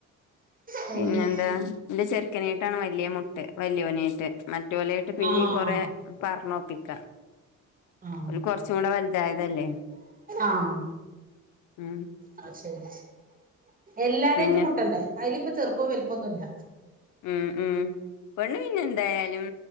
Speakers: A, on the right; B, on the left.
A: പിന്നെ
B: ന്നെന്താ ഇന്റെ ചെറുക്കനേയിട്ടാണ് വല്ല്യെ മുട്ട് വലിയോനേയിട്ട് മറ്റോലെയിട്ട് പിന്നിം
A: ആഹ്
B: കൊറെ പറഞൊപ്പിക്ക
A: ആഹ്
B: വന് കൊറച് കുറചൂടെ വലുതായതല്ലേ
A: ആഹ്
B: ഉം
A: അയ് ശരി എല്ലാരേയിട്ടും
B: പിന്നെ
A: മുട്ടണ്ടേ അയിലിപ്പോ ചെറുപ്പോം വലുപ്പൊന്നുല്ല
B: മ്മ് മ്മ് പെണ്ണു പിന്നെന്തായാലും